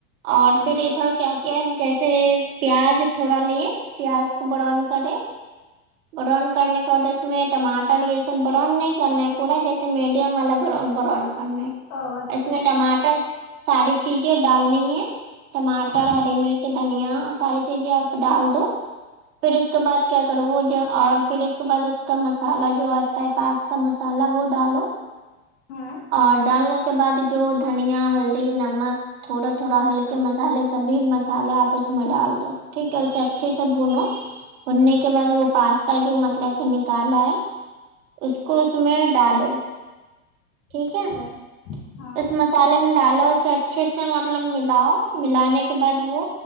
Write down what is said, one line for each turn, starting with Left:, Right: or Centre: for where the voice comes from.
Right: اور
Left: ہاں
Right: پھر ادھر کیا کیا جیسے پیاز تھوڑا لے پیاز کو براؤن کرے براؤن کرنے کے بعد اس میں ٹماٹر یہ سب براؤن نہیں کرنا ہے پورا جیسے میڈیم والا براؤن براؤن کرنا ہے
Left: او اچھا
Right: اس میں ٹماٹر ساری چیزیں ڈالنی ہے ٹماٹر
Left: ہاں
Right: ہری مرچ دھنیا ساری چیزیں آپ ڈال دو پھر اس کے بعد کیا کرو وہ جو اور پھر اس کے بعد اس کا مسالہ جو آتا ہے پاس تا مسالہ وہ ڈالو
Left: ہاں
Right: اور ڈالنے کے بعد جو دھنیا ہلدی نمک تھوڑا تھوڑا ہلکے مسالے سب مسالے آپ اس میں ڈال ٹھیک ہے اسے اچھے سے بھونو بھوننے کے بعد وہ پاستا جو مطلب کالا ہے اس کو اس میں ڈالو ٹھیک
Left: اچھا
Right: ہے تومس
Left: ہاں
Right: مسالے میں ڈالو اسے اچھے سے مطلب ملاؤ ملانے کے بعد وہ